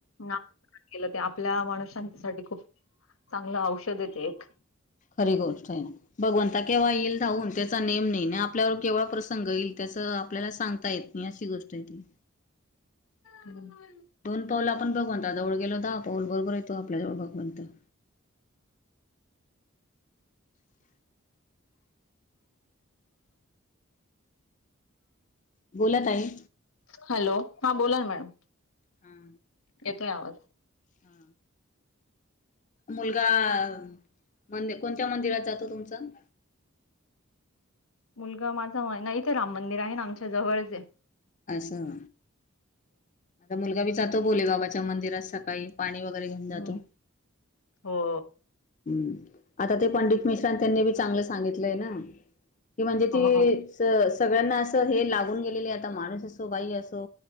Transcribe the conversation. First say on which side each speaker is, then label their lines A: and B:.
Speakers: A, on the left; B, on the left.
A: मग केलं ते आपल्या माणसांच्या साठी खूप चांगलं औषध आहे ते एक.
B: खरी गोष्ट आहे ना भगवंता केव्हा येईल धावून त्याचा नेम नाही ना आपल्यावर केव्हा प्रसंग येईल त्या आपल्याला सांगता येत नाही अशी गोष्ट आहे ती.
A: हम्.
B: दोन पाऊल आपण भगवंता जवळ गेलो तर, दहा पाऊल बरोबर येतो आपल्या जवळ भगवंत. <inaudible> <unintelligible> <unintelligible> <inaudible> बोलत आहे.
A: हॅलो, हा बोला ना मॅडम.
B: हा.
A: येतोय आवाज.
B: हा. मुलगा <inaudible> मंदी कोणत्या मंदिरात जातो तुमचा? <inaudible>
A: मुलगा माझा ना इथे राम मंदिर आहे ना आमच्या जवळचे.
B: असं <inaudible> आता मुलगा बी जातो बोलेल बाबाच्या मंदिरात सकाळी. पाणी वगैरे घेऊन
A: हम्म
B: जातो. <inaudible>
A: हो
B: हम्. आता ते पंडित मिश्रान त्यांनी बी चांगलं सांगितलंय ना, की म्हणजे ती
A: हो
B: अ च असं सगळ्यांना असं हे लागून गेलेले आ असो, बाई असो